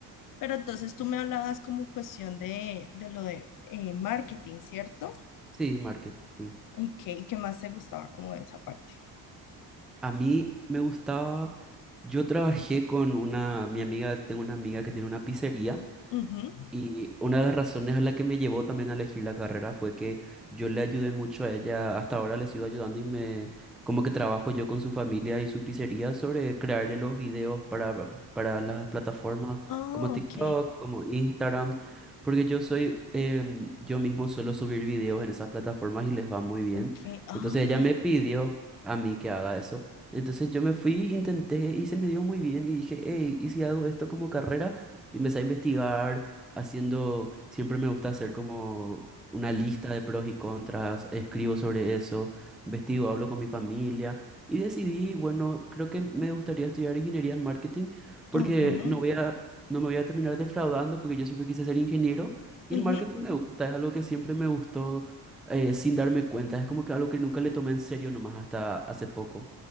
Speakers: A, on the left; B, in the centre.
A: Pero entonces tú me hablabas como cuestión de, de lo de eh, marketing, ¿cierto?
B: Sí, marketing.
A: ¿Y qué, y qué más te gustaba como de esa parte?
B: A mí me gustaba, yo trabajé con una, mi amiga, tengo una amiga que tiene una pizzería.
A: Ujú.
B: Y una de las razones a la que me llevó también a elegir la carrera fue que yo le ayudé mucho a ella, hasta ahora le sigo ayudando y me como que trabajo yo con su familia y su pizzería sobre crearle los videos para, para las plataformas
A: Ah,
B: como TikTok,
A: ok,
B: como Instagram, porque yo soy, em, yo mismo suelo subir videos en esas plataformas y les va muy bien.
A: ok, ah,
B: Entonces ella me pidió a mí que haga eso. Entonces yo me fui, intenté y se me dio muy bien y dije, hey, ¿y si hago esto como carrera? Y empecé a investigar haciendo, siempre me gusta hacer como una lista de pros y contras, escribo sobre eso, investigo, hablo con mi familia y decidí, bueno, creo que me gustaría estudiar ingeniería en marketing porque
A: ajá,
B: no voy a, no me voy a terminar defraudando porque yo siempre quise ser ingeniero y
A: ujú.
B: el marketing me gusta, es algo que siempre me gustó eh, sin darme cuenta, es como que algo que nunca le tomé en serio nomás hasta hace poco.